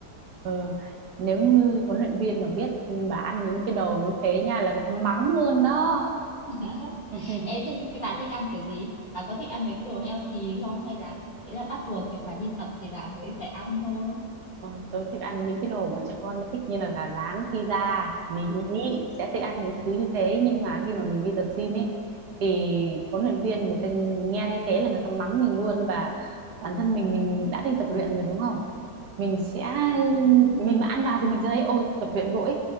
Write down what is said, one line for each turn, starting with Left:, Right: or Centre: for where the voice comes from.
Right: Ờ, nếu như huấn luyện viên mà biết ừm, bà ăn những cái đồ như thế nha là người ta mắng luôn đó
Left: <laughs>
Right: <laughs>
Left: Ê, thế, thế bà thích ăn kiểu gì bà có thích ăn mấy cái đồ healthy không hay là đấy là bắt buộc kiểu bà đi tập thì bà mới phải ăn thôi
Right: Ôi, tôi thích ăn những cái đồ bọn trẻ con nó thích như là gà rán, pizza, mình nghĩ sẽ thích ăn những thứ như thế nhưng mà khi mà mình đi tập gym ấy thì huấn luyện viên người ta nghe thấy thế là người ta mắng mình luôn và bản thân mình mình đã đi tập luyện rồi đúng không? Mình sẽ
Left: Ờ
Right: mình mà ăn vào thì mình sẽ thấy ôi tập luyện vội